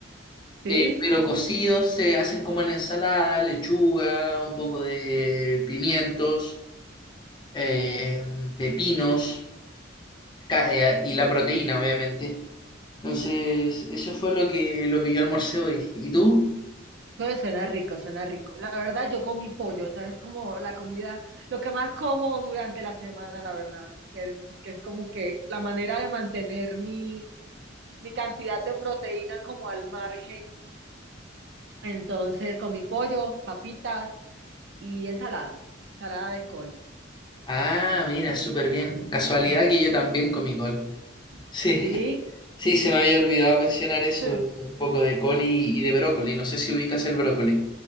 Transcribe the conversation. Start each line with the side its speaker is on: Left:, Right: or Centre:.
Right: Sí,
Left: eh, pero cocidos se hacen como en ensalada, lechuga, un poco de pimientos, eh, pepinos ca- eh, y la proteína, obviamente. Entonces, eso fue lo que, lo que yo almorcé hoy. ¿Y tú?
Right: no, suena rico, suena rico. La verdad, yo comí pollo, o sea, es como la comida, lo que más como durante la semana, la verdad, eh, porque es como que la manera de mantener mi, mi cantidad de proteína como al margen. Entonces, comí pollo, papitas y ensalada, ensalada de col.
Left: Ah, mira, súper bien. Casualidad que yo también comí col. Sí,
Right: Sí.
Left: <laughs> sí, se me había olvidado mencionar eso,
Right: <laughs>
Left: un poco de col y, y de brócoli. No sé si ubicas el brócoli.